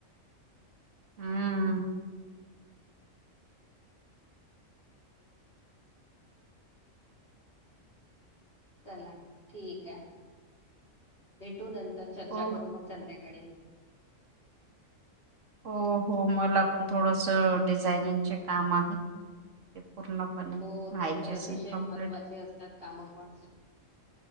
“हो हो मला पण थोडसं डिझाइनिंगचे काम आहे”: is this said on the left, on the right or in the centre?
Right